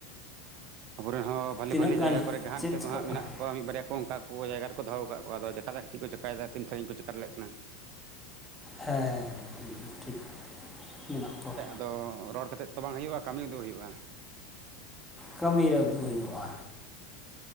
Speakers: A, on the right; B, in the centre.
A: ᱟᱵᱚᱨᱮᱱ ᱦᱚᱸ ᱵᱷᱟᱞᱤ
B: ᱛᱤᱱᱟᱹᱜ
A: ᱵᱷᱟᱞᱤ
B: ᱜᱟᱱ
A: ᱡᱟᱭᱜᱟ ᱠᱚᱨᱮ ᱜᱮ ᱦᱟᱸᱜ
B: ᱪᱮᱫ
A: ᱱᱤᱛᱚᱜ
B: ᱪᱤᱠᱟᱹᱜ
A: ᱫᱚ ᱦᱟᱸᱜ
B: ᱠᱟᱱᱟ
A: ᱢᱮᱱᱟᱜ ᱠᱚᱣᱟ ᱢᱤᱫ ᱵᱟᱨᱭᱟ ᱠᱚ ᱚᱱᱠᱟ ᱠᱚ ᱡᱟᱭᱜᱟ ᱨᱮᱠᱚ ᱫᱚᱦᱚ ᱟᱠᱟᱫ ᱠᱚᱣᱟ ᱟᱫᱚ ᱫᱮᱠᱷᱟ ᱡᱟᱠ ᱪᱮᱫ ᱪᱮᱠᱟᱭᱮᱫᱟ ᱛᱤᱱ ᱥᱟᱺᱜᱤᱧ ᱠᱚ ᱪᱮᱠᱟ ᱫᱟᱲᱮᱜ ᱠᱟᱱᱟ
B: ᱦᱮᱸ ᱦᱮᱸ ᱦᱮᱸ ᱴᱷᱤᱠ ᱢᱮᱱᱟᱜ ᱠᱚᱣᱟ
A: ᱛᱚ ᱨᱚᱲ ᱠᱟᱛᱮᱫ ᱛᱚ ᱵᱟᱝ ᱦᱩᱭᱩᱜᱼᱟ ᱠᱟᱹᱢᱤ ᱩᱫᱩᱜ ᱦᱩᱭᱩᱜᱼᱟ
B: ᱠᱟᱹᱢᱤᱨᱮ ᱩᱫᱩᱜ ᱦᱩᱭᱩᱜᱼᱟ